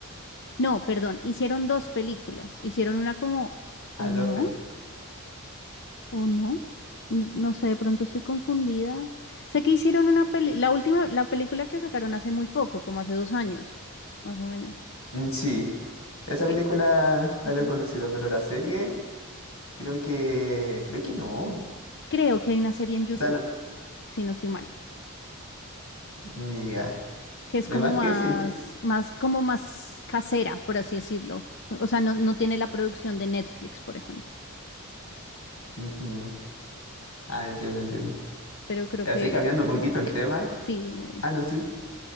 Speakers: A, on the left; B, on the left.
A: No, perdón, hicieron dos películas. Hicieron una como... ¿O
B: Ah,
A: no?
B: dos películas.
A: ¿O no? N- No sé, de pronto estoy confundida. Sé que hicieron una peli, la última, la película que sacaron hace muy poco, como hace dos años, más o menos.
B: Mm, Sí, esa película
A: Eh,
B: la
A: ujú.
B: había conocido, pero la serie creo que, creo que no.
A: Creo que hay una serie en YouTube,
B: O sea, no-
A: si no estoy mal,
B: mm, ya,
A: que es
B: De
A: como
B: más
A: más,
B: que sí.
A: más, como más casera, por así decirlo. O sea, no, no tiene la producción de Netflix, por ejemplo.
B: Ujú. Ah, entiendo, entiendo.
A: Pero creo
B: Y así
A: que,
B: cambiando un poquito el tema.
A: sí, dime, dime.
B: Ah, no, sí.